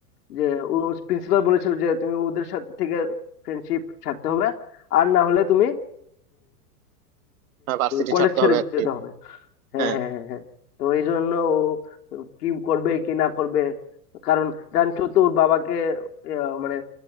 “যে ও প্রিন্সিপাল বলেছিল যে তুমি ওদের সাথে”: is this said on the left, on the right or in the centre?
Left